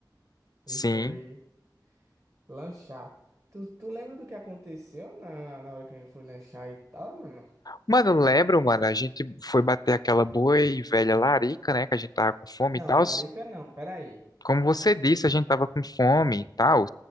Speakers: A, on the right; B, on the left.
A: e
B: Sim.
A: foi lanchar. Tu, tu lembra do que aconteceu na, na, na hora que a gente foi lanchar e tal, mano?
B: Mano, lembro, mano, a gente foi bater aquela boa e velha larica, né, que a gente tava com fome
A: Não,
B: e tal.
A: larica não, peraí.
B: Como você disse, a gente tava com fome e tal.